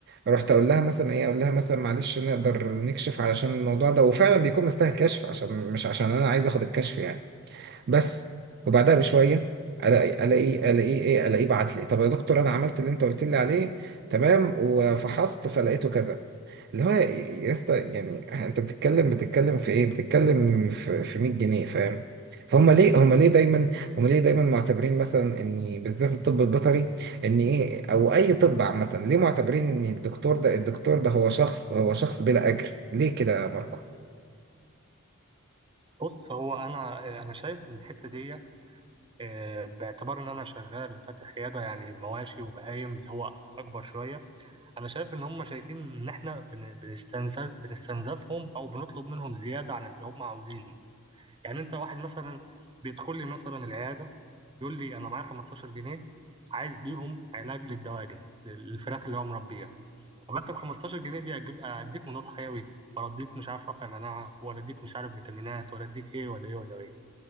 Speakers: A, on the right; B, on the right.
A: رحت اقول لها مثلا ايه اقول لها مثلا معلش نقدر نكشف علشان الموضوع ده وفعلا بيكون مستاهل كشف عشان مش عشان انا عايز اخد الكشف يعني بس وبعدها بشويه الاقي الاقي الاقي ايه الاقي بعت لي طب يا دكتور انا عملت اللي انت قلت لي عليه تمام وفحصت فلقيته كذا اللي هو يا يا اسطى يعني انت بتتكلم بتتكلم في ايه بتتكلم في في 100 جنيه فاهم فهم ليه هم ليه دايما هم ليه دايما معتبرين مثلا ان بالذات الطب البيطري ان ايه او اي طب عامه ليه معتبرين ان الدكتور ده الدكتور ده هو شخص هو شخص بلا اجر ليه كده يا ماركو
B: بص هو انا انا شايف الحته دي آه، باعتبار ان انا شغال فاتح عياده يعني مواشي وبهايم اللي هو اكبر شويه انا شايف ان هم شايفين ان احنا بن- بنستنزف بنستنزفهم او بنطلب منهم زياده عن اللي هم عاوزينه يعني انت واحد مثلا بيدخل لي مثلا العياده يقول لي انا معايا 15 جنيه عايز بيهم علاج للدواجن للفراخ اللي هو مربيها طب انت ب 15 جنيه دي اجيب اديك مضاد حيوي ولا اديك مش عارف رافع مناعه ولا اديك مش عارف فيتامينات ولا اديك ايه ولا ايه ولا ايه